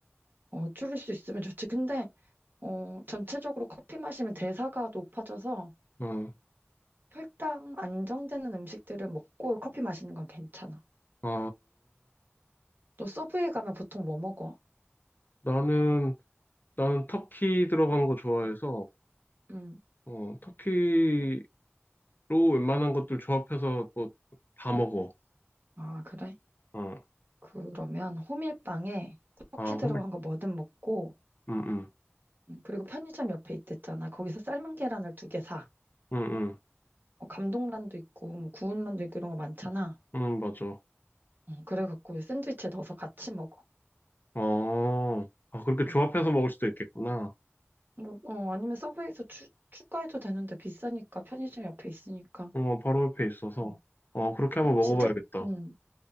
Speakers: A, on the right; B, on the left.
A: 어, 줄일 수 있으면 좋지. 근데 어, 전체적으로 커피 마시면 대사가 높아져서
B: 어,
A: 혈당 안정되는 음식들을 먹고 커피 마시는 건 괜찮아.
B: 아,
A: 너 서브웨이 가면 보통 뭐 먹어?
B: 나는, 나는 터키 들어간 거 좋아해서,
A: 음.
B: 어, 터키로 웬만한 것들 조합해서 또 다 먹어.
A: 아, 그래?
B: 어,
A: 그러면 호밀빵에 터키
B: 아,
A: 들어간 거 뭐든 먹고
B: 응, 응,
A: 음, 그리고 편의점 옆에 있댔잖아. 거기서 삶은 계란을 두 개 사.
B: 응, 응,
A: 어, 감동란도 있고 뭐 구운란도 있고 이런 거 많잖아.
B: 응, 맞아.
A: 음, 그래갖고 샌드위치에 넣어서 같이 먹어.
B: 어, 아, 그렇게 조합해서
A: 응.
B: 먹을 수도 있겠구나.
A: 뭐, 어, 아니면 서브웨이에서 추, 추가해도 되는데 비싸니까 편의점 옆에 있으니까.
B: 어, 바로 옆에 있어서.
A: 음.
B: 어, 그렇게 한번 먹어봐야겠다.
A: 진짜, 음,